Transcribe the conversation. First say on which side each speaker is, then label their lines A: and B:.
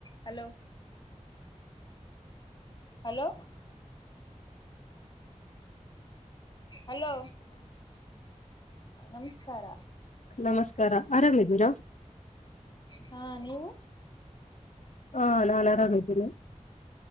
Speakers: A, on the left; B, on the left.
A: Hello hello hello ನಮಸ್ಕಾರ
B: ನಮಸ್ಕಾರ ಆರಾಮಿದೀರಾ
A: ಹಾ ನೀವು
B: ಹಾ ನಾನ್ ಆರಾಮಿದ್ದೇನೆ